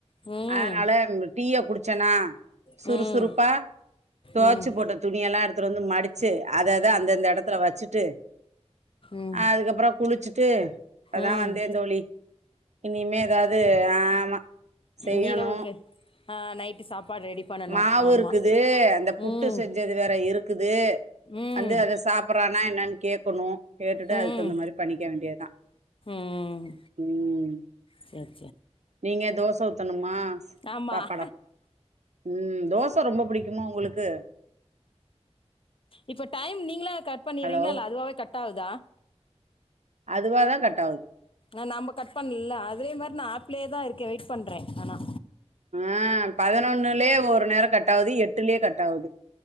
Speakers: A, on the left; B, on the right.
A: ம்
B: அதனால டீய குடிச்சேன்னா சுறுசுறுப்பா
A: ம் ம்
B: துவச்சு
A: ம்
B: போட்ட துணி எல்லாம் எடுத்துட்டு வந்து மடிச்சு அத அத அந்தந்த எடத்துல வச்சுட்டு
A: ம்
B: ஆ அதுக்கப்பறோ குளிச்சுட்டு இப்பதான்
A: ம்
B: வந்தேன் தோழி இனிமே ஏதாவது ஆமா செய்யணு
A: நிரவுக்கு ஆ நைட்டு சாப்பாடு ரெடி பண்ணணும்
B: மாவு
A: ஆமாம்
B: இருக்குது இந்த புட்டு
A: ம்
B: செஞ் சது வேற இருக்குது
A: ம்
B: வந்து அத சாப்றானா என்னன்னு கேக்கணும் கேட்டுட்டு
A: ம்
B: அதுக்கு தகுந்த மாரி பண்ணிக்க வேண்டியதுதான்
A: ம்
B: ம்
A: செரி
B: நீங்க தோச ஊத்தணுமா
A: ஆமாம்
B: சாப்பாடா ம் தோச ரொம்ப புடிக்குமா ஒங்களுக்கு
A: இப்ப டைம் நீங்களா கட் பண்ணீர்ரீங்களா
B: ஹலோ
A: இல்ல அதுவாவெ கட் ஆவுதா
B: அதுவாவெ கட்டாவுத்
A: ஆ நம்ப கட் பண்லல அதே மாரி நா ஆப்ளேயே தா இருக்கே வெயிட் பண்றே ஆனா
B: ஆ பதினொன்னுலே ஒரு நேரோ கட்டாவ்து எட்டுலே கட்டாவ்து